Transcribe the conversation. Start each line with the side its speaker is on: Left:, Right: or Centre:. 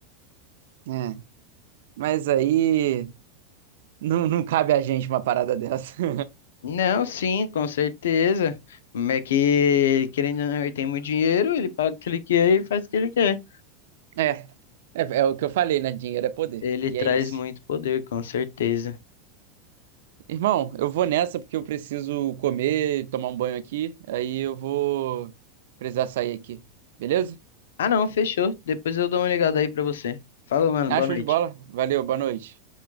Right: É. Mas aí não, não cabe a gente uma parada dessa. <laughs>
Left: Não, sim, com certeza. Mas É que, querendo ou não, ele tem muito dinheiro, ele paga o que ele quer e faz o que ele quer.
Right: É, é, é o que eu falei, né? Dinheiro é poder.
Left: Ele
Right: E
Left: traz
Right: é isso.
Left: muito poder, com certeza.
Right: Irmão, eu vou nessa porque eu preciso comer, tomar um banho aqui. Aí eu vou precisar sair aqui. Beleza?
Left: Ah, não, fechou. Depois eu dou uma ligada aí pra você. Falou, mano.
Right: Ah,
Left: Boa
Right: show
Left: noite.
Right: de bola. Valeu, boa noite.